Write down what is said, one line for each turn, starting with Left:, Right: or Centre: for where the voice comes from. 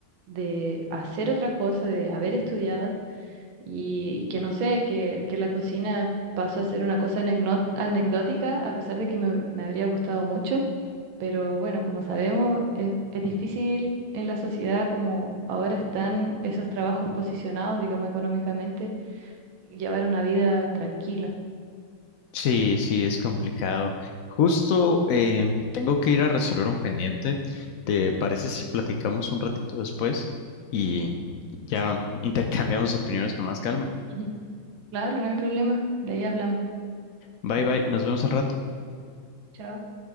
Right: de hacer otra cosa, de haber estudiado y, y que no sé, que, que la cocina pasó a ser una cosa anecno- anecdótica, a pesar de que me, me habría gustado mucho, pero bueno, como sabemos, es, es difícil en la sociedad como ahora están esos trabajos posicionados, digamos, económicamente llevar una vida tranquila.
Left: Sí, sí, es complicado. Justo eh, tengo que ir a resolver un pendiente. ¿Te parece si platicamos un ratito después y ya intercambiamos opiniones con más calma?
Right: Ujú. Claro, no hay problema. De ahí hablamos.
Left: Bye bye, nos vemos al rato.
Right: Chao.